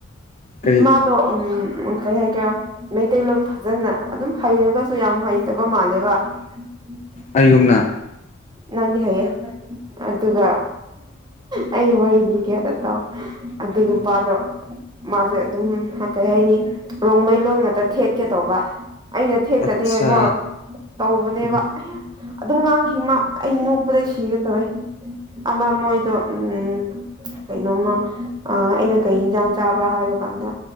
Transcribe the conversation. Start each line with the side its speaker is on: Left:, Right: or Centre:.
Left: ꯀꯔꯤ
Right: ꯃꯥꯗꯣ ꯎꯝ ꯎꯝ ꯀꯩ ꯍꯥꯏꯒꯦꯔꯥ ꯃꯩꯇꯩꯂꯣꯟ ꯐꯖꯅ ꯑꯗꯨꯝ ꯍꯩꯔꯒꯁꯨ ꯌꯥꯝ ꯍꯩꯇꯕ ꯃꯥꯜꯂꯦꯕ ꯎꯝ
Left: ꯑꯩꯒꯨꯝꯅ
Right: ꯅꯪꯗꯤ ꯍꯩꯌꯦ ꯑꯗꯨꯒ ꯑꯩꯒꯤ ꯋꯥꯔꯤꯂꯤꯒꯦ ꯑꯝꯇ ꯇꯥꯎ ꯑꯗꯨ
Left: ꯎꯝ
Right: ꯅꯨꯄꯥꯗꯣ ꯃꯥꯁꯦ ꯑꯗꯨꯝ ꯀꯩ ꯍꯥꯏꯅꯤ ꯔꯣꯡꯃꯩ ꯂꯣꯟ ꯉꯛꯇ ꯊꯦꯠꯀꯦ ꯇꯧꯕ ꯑꯩꯅ ꯊꯦꯠꯇꯅꯤ
Left: ꯑꯠꯆꯥ
Right: ꯍꯥꯏꯕꯣ ꯇꯧꯕꯅꯦꯕ
Left: ꯎꯝ
Right: ꯑꯩꯌꯥ ꯑꯗꯨꯝ ꯉꯥꯡꯈꯤ ꯍꯤꯃꯥ ꯑꯩ ꯅꯣꯛꯄꯗ ꯁꯤꯒꯦ ꯇꯧꯑꯦ ꯑꯃ ꯃꯣꯏꯗꯣ ꯎꯝ ꯀꯩꯅꯣꯃ ꯑꯩꯅ ꯀꯩ ꯌꯦꯟꯖꯥꯡ ꯆꯥꯕ꯭ꯔꯥ ꯍꯥꯏꯕ ꯀꯥꯟꯗ